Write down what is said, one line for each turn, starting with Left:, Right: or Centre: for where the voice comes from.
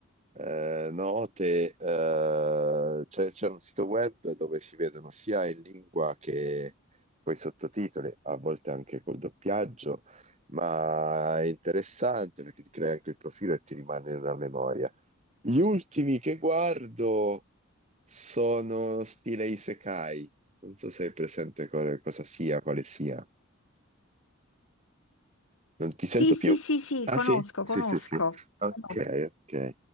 Right: eh, note, eh, c'è c'è un sito web dove si vedono sia in lingua che poi sottotitoli, a volte anche col doppiaggio, ma è interessante perché ti crea anche il profilo e ti rimane una memoria. Gli ultimi che guardo sono stile Isekai, non so se hai presente quale- cosa sia, quale sia. Non ti sento
Left: Sì, sì,
Right: più?
Left: sì, sì,
Right: Ah
Left: conosco,
Right: sì? Sì,
Left: conosco.
Right: sì, sì. Ok,
Left: Conosco.
Right: ok.